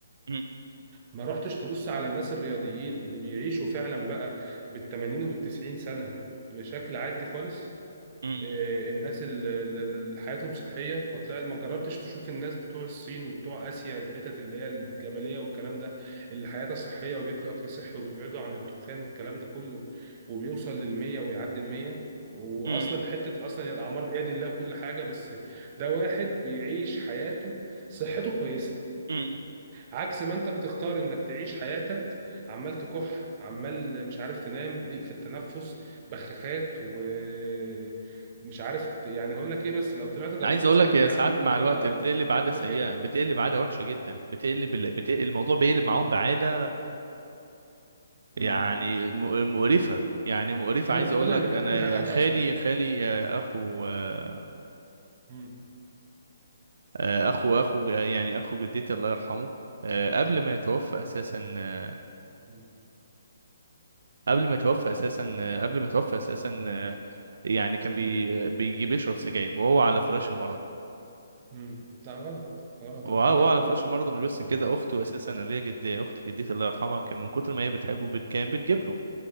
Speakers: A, on the right; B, on the right.
A: أمم،
B: ما رحتش تبص على الناس الرياضيين اللي بيعيشوا فعلا بقى بال 80 وبال 90 سنة بشكل عادي خالص
A: أمم،
B: آه، الناس اللي اللي حياتهم صحية ما طلعت ما جربتش تشوف الناس بتوع الصين وبتوع آسيا الحتت اللي هي الجبلية والكلام ده اللي حياتها صحية وبياكلوا أكل صحي وبيبعدوا عن الدخان والكلام ده كله وبيوصل للمية ويعدي المية وأصلا
A: أمم،
B: حتة أصلا الأعمار بيد الله كل حاجة بس ده واحد بيعيش حياته صحته كويسة
A: أمم.
B: عكس ما انت بتختار انك تعيش حياتك عمال تكح عمال مش عارف تنام ضيق في التنفس بخاخات ومش عارف ت- يعني هقول لك ايه بس لو طلعت درجتين
A: عايز اقول
B: سلم
A: لك هي
B: يا
A: ساعات
B: عم
A: مع
B: بيبقى
A: الوقت بتقلب عاده
B: كتر الف
A: سيئه
B: خيرك
A: بتقلب عاده وحشه جدا بتقلب بت... الموضوع بيقلب معاهم بعاده
B: مم.
A: يعني م- مقرفه يعني مقرفه
B: انا
A: عايز
B: مقتنع
A: اقول لك
B: ان التدخين
A: انا
B: عاده
A: خالي
B: اصلا
A: خالي آه، اخو آه،
B: مم.
A: آه، اخو اخو يعني اخو جدتي الله يرحمه آه، قبل
B: الله
A: ما يتوفى اساسا آه،
B: مم.
A: قبل ما يتوفى اساسا آه، قبل ما يتوفى اساسا آه، يعني كان بي
B: مم.
A: بيجي بيشرب سجاير وهو على فراش المرض
B: مم. لا غلط غلط
A: وهو
B: ربنا يرحمه
A: على فراش المرض ومش
B: مم.
A: بس كده اخته اساسا اللي هي جد اخت جدتي الله يرحمها كان من كتر ما هي بتحبه
B: مم.
A: بتجا- بتجيب له